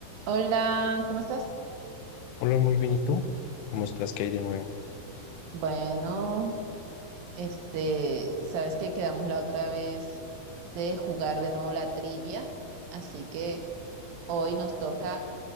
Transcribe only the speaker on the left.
Hola, muy bien, ¿y tú? ¿Cómo estás? ¿Qué hay de nuevo?